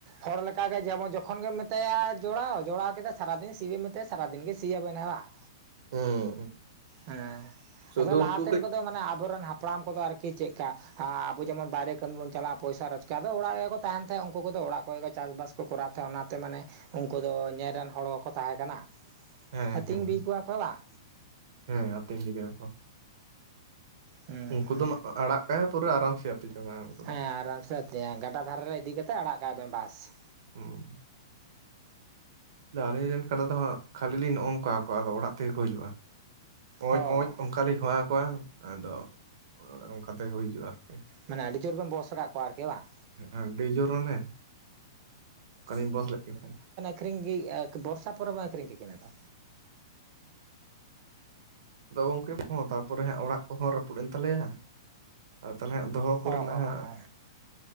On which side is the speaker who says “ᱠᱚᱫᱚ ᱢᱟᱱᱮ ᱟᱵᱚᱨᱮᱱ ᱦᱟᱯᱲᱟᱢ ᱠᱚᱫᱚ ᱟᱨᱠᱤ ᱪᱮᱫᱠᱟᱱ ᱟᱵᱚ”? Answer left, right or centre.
Right